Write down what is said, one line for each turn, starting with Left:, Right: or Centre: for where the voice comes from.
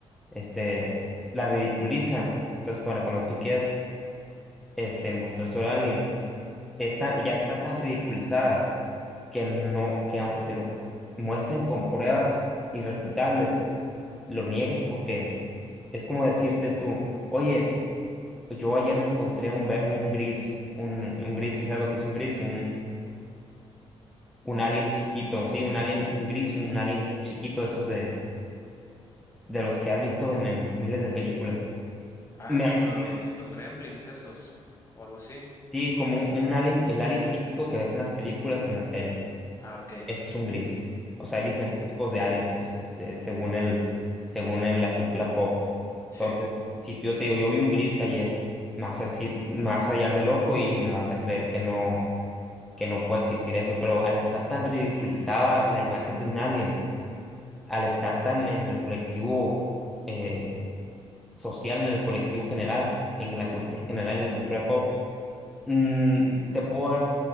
Centre: este, la ridiculizan. Entonces, para cuando tú quieras, este, mostrárselo a alguien está, ya está tan ridiculizada que no, que aunque te lo muestren con pruebas irrefutables, lo niegues porque es como decirte tú, oye, pues yo ayer me encontré un, ve- un gris, un, un gris, ¿sí ¿sabes lo que es un gris? Un, un
Left: un gris.
Centre: alien chiquito, sí, un alien, un gris, un alien chiquito de esos de, de los que has visto en, en miles de películas.
Left: Ah,
Centre: Me
Left: como
Centre: hace
Left: los,
Centre: tirar.
Left: los gremlins esos o algo así.
Centre: Sí, como un, un alien, el alien típico que ves en las películas y en las series.
Left: Ah, ok,
Centre: este es un gris. O
Left: ok,
Centre: sea, hay diferentes
Left: ok.
Centre: tipos de alien, pues, se- según el, según el- la cultura pop.
Left: Sí,
Centre: Entonces, si tú- yo te digo, yo vi un gris ayer, me vas a decir, me vas a hallar de loco y me vas a creer que no, que no puede existir eso. Pero al estar tan ridiculizada la imagen de un alien, al estar tan en el colectivo eh, social, en el colectivo general, en la
Left: sí,
Centre: cultura general, en la cultura pop Mm, te puedo dar